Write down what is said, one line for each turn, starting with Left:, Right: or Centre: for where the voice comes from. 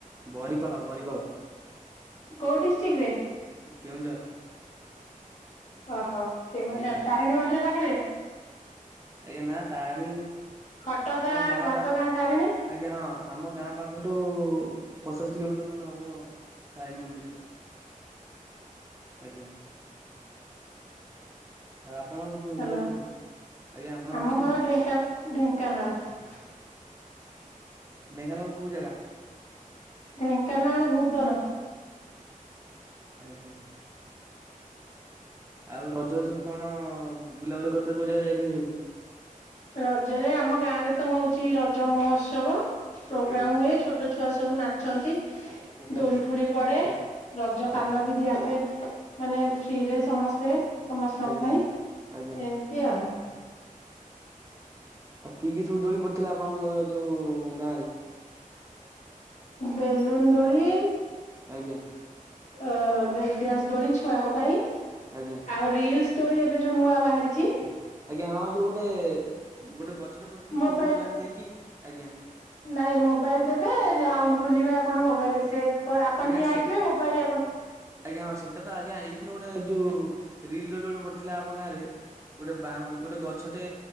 Right: ବରିପାଳ ବରିପଳ।
Left: କୋଉ ଡିଷ୍ଟ୍ରିକରେ?
Right: କେଉଁଝର
Left: ଓହୋ କେ
Right: ଆଜ୍ଞା
Left: ତାରିଣୀ ମନ୍ଦିର ପାଖରେ।
Right: ଆଜ୍ଞା ନା ତାରଣୀ
Left: ଘଟଗାଁ
Right: ଆମ ଗାଁ
Left: ଘଟଗାଁ
Right: ପା
Left: ତାରିଣୀ।
Right: ଆଜ୍ଞା ହଁ। ଆମ ଗାଁ ପାଖଠୁ ପଚାଶ କିଲୋମିଟର ଖଣ୍ଡେ ହବ। ତାରିଣୀ ମନ୍ଦିର ଟା ଆଜ୍ଞା। ଆଉ ଆପଣଙ୍କର
Left: ହ୍ୟାଲୋ
Right: ଘର କୋଉଠି? ଆଜ୍ଞା ଆପଣଙ୍କ
Left: ଆମ
Right: ଘର କୋଉଠି?
Left: ହଳ ଢେଙ୍କାନା ଢେଙ୍କାନାଳ।
Right: ଢେଙ୍କାନାଳ କୋଉ ଜାଗା?
Left: ଢେଙ୍କାନାଳ ଭୁବନ।
Right: ଆଜ୍ଞା। ଆଉ ରଜରେ ସବୁ କଣ ବୁଲାବୁଲି କର <unintelligible> କୋଉ ଜାଗା ଯାଇଥିଲେ ସବୁ?
Left: ରଜରେ ଆମ ଗାଁରେ ତ ହୋଉଚି ରଜ ମହୋତ୍ସବ। ପ୍ରୋଗ୍ରାମ
Right: ଆଜ୍ଞା
Left: ହୁଏ, ଛୋଟ ଛୁଆ ସବୁ ନାଚନ୍ତି,
Right: ଆଜ୍ଞା
Left: ଦୋଳି ଫୁଳି ପଡେ ରଜ
Right: ଆଜ୍ଞା
Left: ପା <unintelligible> ଆମେ ମାନେ ଫ୍ରିରେ ସମସ୍ତେ ସମସ୍ତଙ୍କ
Right: ଆଜ୍ଞା
Left: ପାଇଁ
Right: ଆଜ୍ଞା
Left: ଏମତି ଆଉ।
Right: ଆଉ କିଏ କିଏ ସବୁ ଦୋଳି ପଡିଥିଲା ଆପଣଙ୍କ ଯୋଉ ଗାଁ ରେ?
Left: ବେଲୁନ ଦୋଳି।
Right: ଆଜ୍ଞା।
Left: ଅ ବ୍ରେକ୍ ଡ୍ୟାନ୍ସ ଦୋଳି ଛୁଆଙ୍କ ପାଇଁ
Right: ଆଜ୍ଞା
Left: ଆଉ ରିଲ୍ସ ଦୋଳି ଏବେ ଯୋଉ ନୂଆ ବାହାରିଚି।
Right: ଆଜ୍ଞା ହଁ ଯୋଉ ଗୋଟେ ଗୋଟେ ଗଛଟେ ପୋତିକି
Left: ମୋବାଇଲ
Right: ଦୌଡି ବାନ୍ଧି ଦେଇକି ଆଜ୍ଞା।
Left: ନାଇଁ ମୋବାଇଲ ଦେବେ ରାଉଣ୍ଡ ବୁଲିବେ ଆପଣ ମୋବାଇଲ ସେ ଆପଣ
Right: ଆଜ୍ଞା
Left: ଠିଆ
Right: ସେ
Left: ହେଇଥିବ ମୋବାଇଲ ଆପଣ
Right: ଆଜ୍ଞା ହଁ ସେଇଟା ତ ଆଜ୍ଞା ଏଇଥିର ଗୋଟେ ଯୋଉ ରିଲ ଗୋଟେ ପଡି ଥିଲା ଆମ ଗାଁରେ ଗୋଟେ ବାଉ ଗୋଟେ ଗଛଟେ